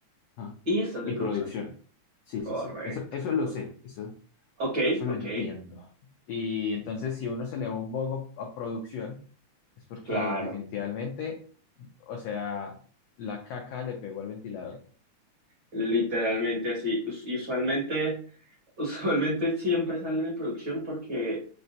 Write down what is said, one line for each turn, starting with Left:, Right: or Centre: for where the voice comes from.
Left: Ah,
Right: Y está el de
Left: Y
Right: producción.
Left: producción. Sí,
Right: Correcto.
Left: sí, sí. Eso, eso
Right: co-
Left: lo sé, eso,
Right: Ok,
Left: eso
Right: ok,
Left: lo entiendo. Y entonces, si uno se le va un bug a a producción, es porque
Right: claro.
Left: definitivamente, o sea, la caca le pegó al ventilador.
Right: Literalmente así. Us- Y usualmente, <laughs> usualmente siempre salen en producción porque,